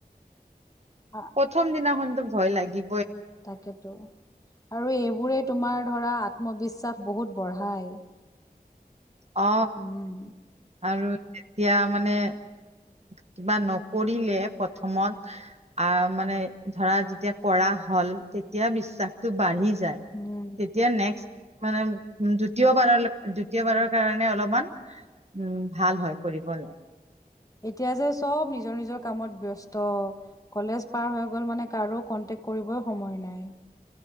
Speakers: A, on the left; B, on the right.
A: অ
B: প্ৰথম দিনাখনতো ভয় লাগি
A: তাকেতো আৰু এইবোৰেই তোমাৰ ধৰা আত্মবিশ্বাস বহুত বঢ়ায়
B: অ
A: উম,
B: আৰু তেতিয়া মানে কিবা নকৰিলে প্ৰথমত আহ মানে ধৰা যেতিয়া কৰা হয় হল তেতিয়া বিশ্বাসটো বাঢ়ি যায়
A: উম,
B: তেতিয়া নেক্সট মানে উ দ্বিতীয়বাৰৰ দ্বিতীয়বাৰৰ কাৰণে অলপমান উম ভাল হয় কৰিবলৈ
A: এতিয়া যে চব নিজৰ নিজৰ কামত ব্যস্ত কলেজ পাৰ হৈ গল মানে কাৰো ক এতিয়া কৰিবি সময় নাই